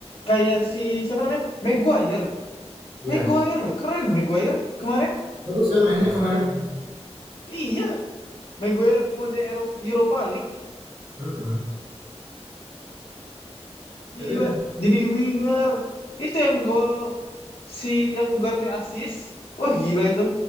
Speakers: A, on the left; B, on the right.
A: Kayak si siapa namanya? Maguire.
B: iya.
A: Maguire loh, keren Maguire kemarin.
B: Bagus kan mainnya kemarin?
A: Iya, Maguire mode Euro- Europa League
B: Mm-mm.
A: gila
B: Tapi emang
A: jadi winger itu yang gol si yang Ugarte assist wah gila itu